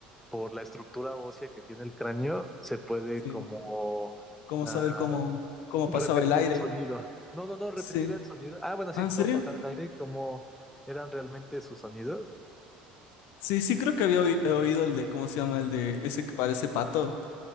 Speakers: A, in the centre; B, on the left (about 70°).
A: por la estructura ósea que tiene el cráneo, se puede
B: sí.
A: como
B: ¿Cómo
A: ah,
B: saber cómo, cómo
A: repetir
B: pasaba el aire?
A: el sonido. No, no, no, repetir
B: Sí.
A: el sonido. Ah, bueno, sí,
B: Ah, ¿en
A: cómo
B: serio?
A: pasaba el aire, cómo eran realmente sus sonidos.
B: Sí, sí, creo que había oí- he oído el de, ¿cómo se llama? El de ese que parece pato,